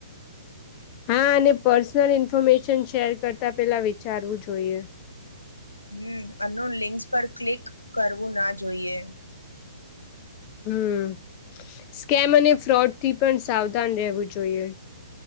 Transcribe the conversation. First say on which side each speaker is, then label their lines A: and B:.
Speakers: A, on the left; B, on the left.
A: હા અને પર્સનલ ઇન્ફોર્મેશન શેર કરતા પેલા વિચારવું જોઈએ.
B: હમ આનું લિંક્સ પર ક્લિક કરવું ના જોઈએ.
A: હમ સ્કેમ અને ફ્રોડ થી પણ સાવધાન રહેવું જોઈએ.